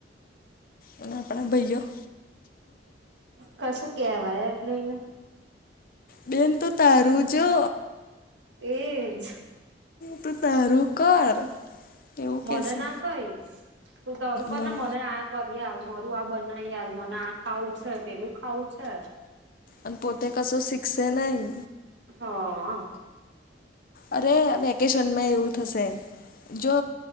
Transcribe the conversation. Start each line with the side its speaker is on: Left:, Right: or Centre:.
Left: અને આપણા ભયો
Right: કશું કેવાય જ નઈને
Left: બેન તો તારું જો
Right: એજ
Left: તું તારું કર એવું
Right: મને
Left: કેશે
Right: ના કહીશ તું તરું કર
Left: મન
Right: ને મને આ કરી આલ તું આ બનાવી આલ મને આ ખાવું છે પેલું ખાવું છે.
Left: અન પોતે કશું શિખસે નહી
Right: હ અ
Left: અરે અ વેકેશનમાં એવું થશે જો